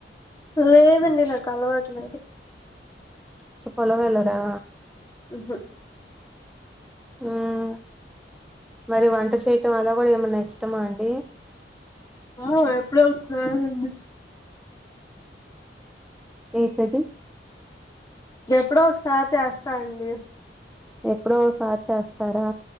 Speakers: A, on the left; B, in the centre.
A: లేదండి నాకు అలవాటు లేదు
B: సో పొలామేల్లరా
A: మ్ హు
B: హ్మ్ మరి వంట చేయటం అలా కూడా ఏమన్నా ఇష్టమా అండి
A: ఆ ఎప్పుడో ఒక్కసారి అండి
B: ఏంటది
A: ఎప్పుడో ఒకసారి చేస్తా అండి
B: ఎప్పుడో ఒసారి చేస్తారా